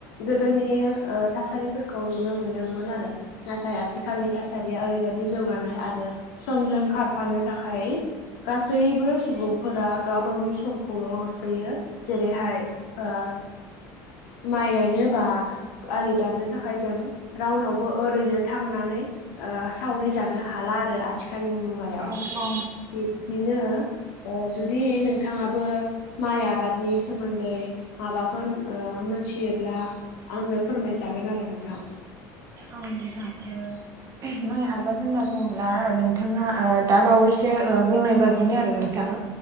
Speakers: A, on the left; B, on the right.
A: गोदोनि ओ थासारिफोरखौ नुनो मोनदोंमोन आरो नाथाय आथिखालनि थासारिया ओरैबायदि जौगानाय आरो समजों खारफानो थाखाय गासैबो सुबुंफोरा गाव गावनि समखौल' होसोयो जेरैहाय ओ माइ गायनो बा आलि दाननो थाखाय जों रावनावबो ओरैनो थांनानै, ओ सावरि जानो हाला आरो आथिखालनि मुगायाव
B: औ नोंथां
A: बिब्दिनो। ओ जुदि नोंथाङाबो माइ आबादनि सोमोन्दै माबाफोर, ओ मोनथियोब्ला आंनो फोरमायजागोन आरो नोंथां
B: आं <unintelligible> माइ आबाद होनना बुङोब्ला नोंथाङा ओ दा बावैसो ओ बुंनाय बादिनो आरो नोंथाङा